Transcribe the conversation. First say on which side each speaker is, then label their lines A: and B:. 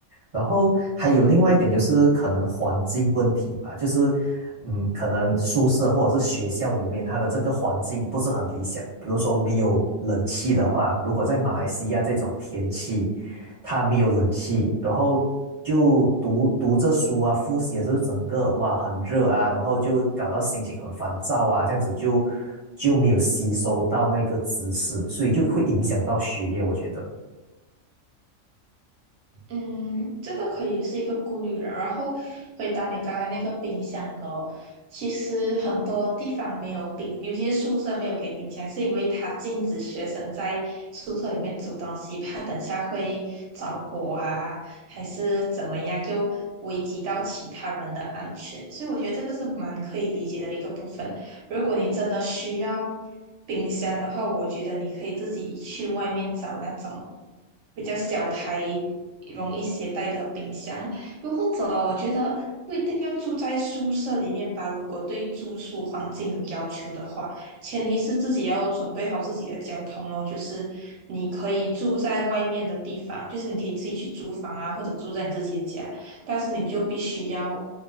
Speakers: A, on the right (about 30°); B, on the right (about 65°).
A: 然后还有另外一点就是可能环境问题吧，就是嗯，可能宿舍或者是学校里面它的这个环境不是很理想，比如说没有冷气的话，如果在马来西亚这种天气，它没有冷气，然后就读读着书啊，复习的时候整个哇很热啊，然后就搞到心情很烦躁啊，这样子就就没有吸收到那个知识，所以就会影响到学业，我觉得。
B: 嗯，这个可以是一个顾虑了。然后回答你刚刚那个冰箱的哦，其实很多地方没有冰，尤其是宿舍没有给冰箱，是因为它禁止学生在宿舍里面煮东西，怕等下会着火啊，还是怎么样，就危及到其他人的安全。所以我觉得这个是蛮可以理解的一个部分。如果你真的需要冰箱的话，我觉得你可以自己去外面找那种比较小台、容易携带的冰箱。又或者，我觉得不一定要住在宿舍里面吧。如果对住宿环境有要求的话，前提是自己要准备好自己的交通咯。就是你可以住在外面的地方，就是你可以自己去租房啊，或者住在你自己的家。但是你就必须要